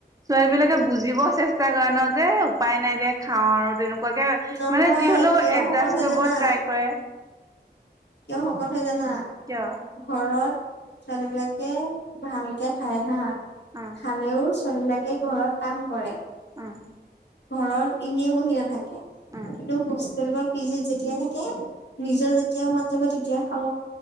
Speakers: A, on the right; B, on the left.
A: ছোৱালী বিলাকে বুজিব চেষ্টা কৰে ন যে উপায় নাই দে খাও আৰু তেনো কোৱাকে
B: নহয়
A: মানে যি হ'লেও
B: কিয়
A: এডজাষ্ট
B: শকত হৈ
A: কৰিব
B: জানা
A: ট্ৰাই কৰে।
B: কিয় শকত হৈ জানা?
A: কিয়?
B: ঘৰত ছোৱালী বিলাকে ভালকে খাই হা
A: অ
B: খালেও ছোৱালী বিলাকে ঘৰত কাম কৰে।
A: উম
B: ঘৰত এনেই বহি নাথাকে।
A: অ
B: কিন্তু হোষ্টেল বা পিজিত যেতিয়া থাকে নিজৰ যেতিয়াই মন যাব তেতিয়াই খাব